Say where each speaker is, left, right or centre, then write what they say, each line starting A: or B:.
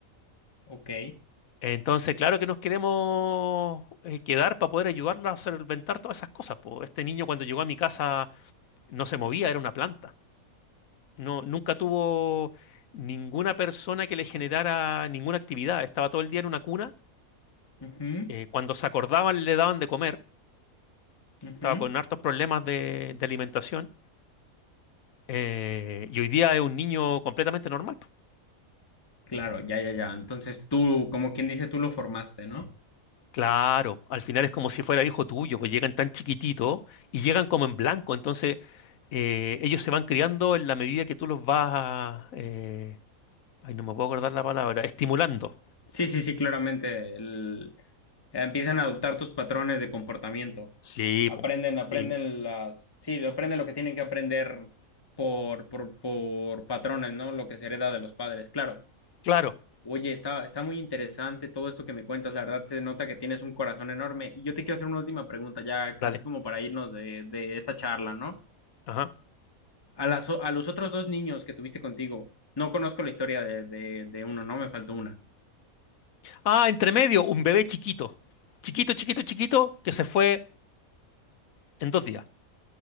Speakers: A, on the left; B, on the left.
A: Ok.
B: Entonces, claro que nos queremos eh, quedar para poder ayudarla a solventar todas esas cosas. po. Este niño cuando llegó a mi casa no se movía, era una planta. No, nunca tuvo ninguna persona que le generara ninguna actividad. Estaba todo el día en una cuna
A: ujú,
B: eh, cuando se acordaban le daban de comer,
A: ujú.
B: estaba con hartos problemas de, de alimentación, eh, y hoy día es un niño completamente normal. po.
A: Claro, ya, ya, ya. Entonces tú, como quien dice, tú lo formaste, ¿no?
B: Claro, al final es como si fuera hijo tuyo, pues llegan tan chiquititos y llegan como en blanco, entonces eh, ellos se van criando en la medida que tú los vas, eh, ay, no me puedo acordar la palabra, estimulando.
A: Sí, sí, sí, claramente. el- Empiezan a adoptar tus patrones de comportamiento.
B: Sí,
A: Aprenden,
B: po,
A: aprenden
B: sí.
A: las, sí, aprenden lo que tienen que aprender por, por, por patrones, ¿no? Lo que se hereda de los padres. Claro.
B: Claro,
A: Oye, está, está muy interesante todo esto que me cuentas. La verdad se nota que tienes un corazón enorme. Y yo te quiero hacer una última pregunta, ya
B: dale.
A: así como para irnos de, de esta charla, ¿no?
B: Ajá.
A: A las, o- a los otros dos niños que tuviste contigo, no conozco la historia de, de, de uno, ¿no? Me faltó una.
B: Ah, entre medio, un bebé chiquito, chiquito, chiquito, chiquito, que se fue en dos días.